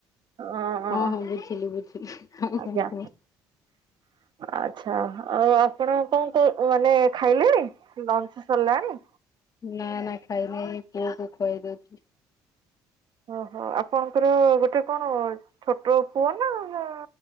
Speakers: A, on the right; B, on the left.
A: ଅ
B: ହଁ ହଁ ବୁଝିଲି ବୁଝିଲି ଆଉ
A: ଆଜ୍ଞା
B: କଣ କୁହ?
A: ଆଚ୍ଛା ଆଉ ଆପଣ କଣ ମାନେ ଖାଇଲେଣି ଲଞ୍ଚ ସରିଲାଣି?
B: ନାଁ ନାଁ ଖାଇନେଇ ଏଇ ପୁଅକୁ ଖୋଇଦଉଚି।
A: ଓହୋ ଆପଣଙ୍କର ଗୋଟେ କଣ ଛୋଟ ପୁଅ ନାଁ